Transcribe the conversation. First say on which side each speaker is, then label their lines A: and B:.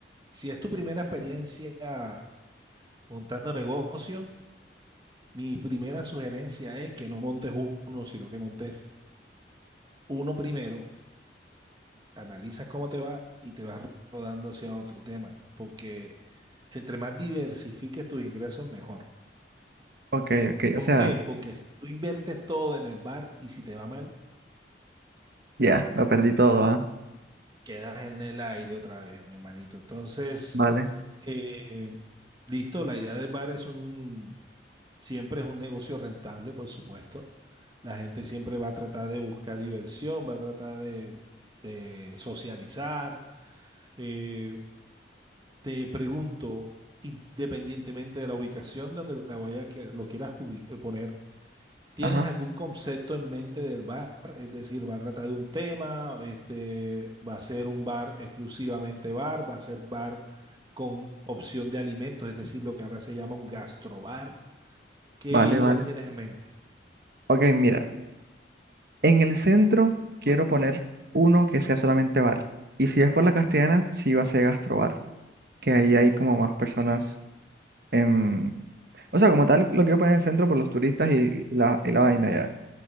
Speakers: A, on the right; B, on the right.
A: si es tu primera experiencia montando negocio, mi primera sugerencia es que no montes uno, sino que montes uno primero, analizas cómo te va y te vas rodando hacia otro tema, porque entre más diversifiques tus ingresos, mejor.
B: Ok, ok,
A: ¿Por
B: o sea,
A: qué? Porque si tú inviertes todo en el bar y si te va mal,
B: ya, lo perdí todo,
A: va
B: ¿ah?
A: Quedas en el aire otra vez, mi hermanito. Entonces,
B: Vale,
A: eh, listo, la idea del bar es un, siempre es un negocio rentable, por supuesto. La gente siempre va a tratar de buscar diversión, va a tratar de, de socializar. Eh, te pregunto, independientemente de la ubicación donde la vayas que lo quieras ubi- eh, poner, ¿Tienes
B: ajá,
A: algún concepto en mente del bar? Es decir, ¿va a tratar de un tema? Este, ¿va a ser un bar exclusivamente bar? ¿Va a ser bar con opción de alimentos? Es decir, lo que ahora se llama un gastrobar. ¿Qué
B: vale,
A: ideas
B: vale.
A: tienes en mente?
B: Ok, mira, en el centro quiero poner uno que sea solamente bar. Y si es por la Castellana, sí va a ser gastrobar, que ahí hay como más personas en... O sea, como tal, lo quiero poner en el centro por los turistas y, y la, y la vaina ya.